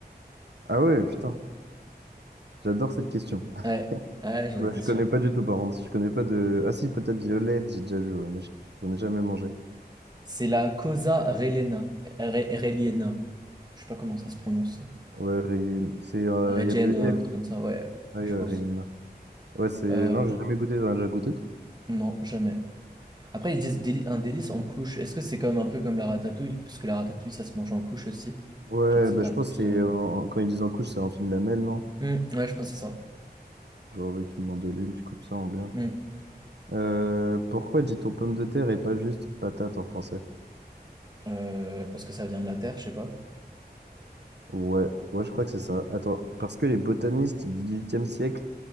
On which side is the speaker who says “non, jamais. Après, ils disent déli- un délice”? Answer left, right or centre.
Right